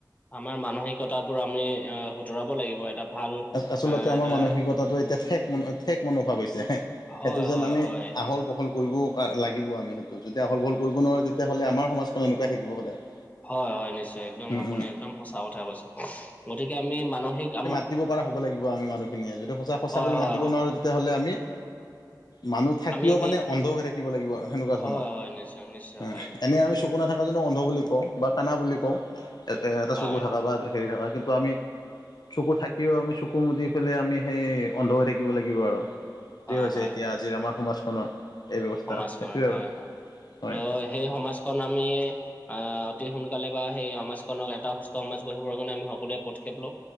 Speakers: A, on the left; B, on the left.
A: আমাৰ মানসিকতাবোৰ আমি অঁ শুধৰাব লাগিব এটা। ভাল
B: আচলতে
A: আহ
B: আমাৰ
A: এটা
B: মানসিকতাটো এতিয়া ঠেক ঠেক মনোভাৱ হৈছে হ। সেইটো
A: হয়
B: যেন
A: হয়
B: আমি
A: হয়
B: আহল বহল ল কৰিব লাগিব আমি সেইটো যদি আহল বহল কৰিব নোৱাৰোঁ তেতিয়াহ'লে আমাৰ সমাজখন এনেকুৱাই থাকিব সদায়।
A: হয় হয় নিশ্চয় একদম
B: উম
A: আপুনি
B: উম
A: একদম সঁচা কথা কৈছে, গতিকে আমি মানসিক আমাৰ-
B: মাতিব পৰা হ'ব লাগিব আমি মানুহখিনিয়ে যদি সঁচা সঁচা
A: হয়
B: বুলি
A: হয়
B: মাতিব
A: হয়
B: নোৱাৰো তেতিয়াহ'লে আমি- মানুহ থাকিও
A: আমি সেই
B: মানে অন্ধ হৈ থাকিব লাগিব সেনেকুৱা
A: হয়
B: ধৰণৰ,
A: হয় নিশ্চয় নিশ্চয়
B: অ
A: হয়
B: এনে আমি চকু নাথাকো। নথকা জনক অন্ধ বুলি কওঁ বা কানা বুলি কওঁ এ এটা
A: হয়
B: চকু থাকা বা- হে ৰাতি পোৱা আমি, চকু থাকি- আমি চকু মুদি ফেললে আমি সেই অন্ধ হৈ থাকিব লাগিব আৰু, সেইটোয়ে
A: হয়
B: হৈছে
A: হয়
B: এতিয়া- আজিৰ আমাৰ সমাজখনৰ এই ব্যৱস্থা
A: সমাজ গঢ়
B: সেইটোৱে
A: হয়
B: আৰু
A: হয়
B: হয়।
A: আৰু সেই সমাজখন আমি। আহ অতি সোনকালে বা সেই সমাজখনক এটা সুস্থ সমাজ গঢ়িবৰ কাৰণে আমি সকলোৱে পদক্ষেপ লওঁ।